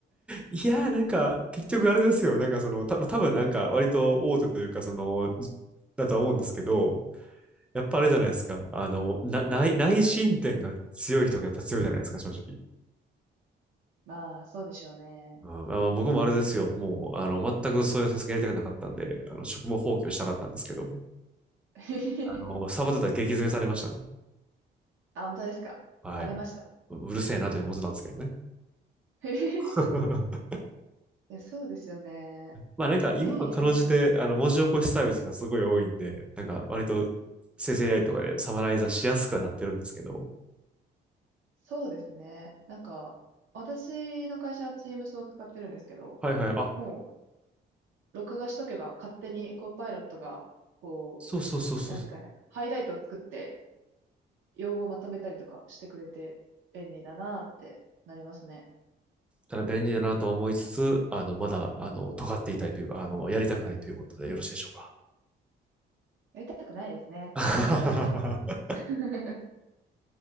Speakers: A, in the centre; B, on the right (about 75°).
A: いやー、なんか、結局あれですよ。なんかその、た多分なんか、割と大手というか、その、だとは思うんですけど、やっぱあれじゃないですか。あの、な内内申点が強い人がやっぱ強いじゃないですか、
B: うん。
A: 正直。
B: まあ、そうでしょうね。
A: うんまあまあ、僕もあれですよ。もう、あの、全くそういうさすがやりたくなかったんで、あの、職務放棄をしたかったんですけど、
B: <laughs>
A: あの、サボってたら激詰めされましたね。
B: あ、本当ですか。
A: はい。
B: バレました。
A: うるせえなという文字なんですけどね。
B: <laughs> い
A: <laughs>
B: や、そうですよね。
A: まあなんか今はかろうじてあの文字起こしサービスがすごい多いんで、
B: えー、
A: なんか割と生成 AI とかでサマライザーしやすくはなってるんですけど、
B: そうですね。なんか、私の会社は Teams を使ってるんですけど、
A: はいはい、あ、
B: もう、録画しとけば勝手に、こう、パイロットが、こう、
A: そうそうそうそう、
B: なんですかね、
A: だ
B: ハイライトを作って、用語をまとめたりとかしてくれて、便利だなーってなりますね。
A: から便利だなとは思いつつ、あの、まだ、あの、尖っていたいというか、あの、やりたくないということでよろしいでしょうか。
B: やりたくないですね。
A: <laughs>
B: トゲトゲです。<laughs>